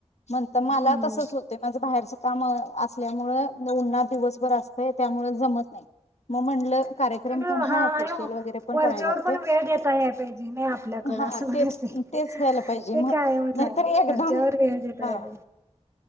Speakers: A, on the left; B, on the right.
A: म्हणते मला
B: हम्म
A: तसच होत माझं बाहेरच काम असल्यामुळे उन्हात दिवसभर त्यामुळे जमत नाही. मी म्हणलं.
B: <unintelligible>
A: कार्यक्रम पण हाय फेशियल वगैरे पण
B: वरच्यावर
A: करायला होते.
B: पण वेळ देत <unintelligible> पाहिजे ना आपल्याकड
A: हा
B: असं म्हणायचं
A: ते तेच व्हायला पाहिजे
B: ते
A: मग
B: काय <unintelligible> वरच्यावर
A: नाहीतर एकदम
B: वेळेतय
A: हा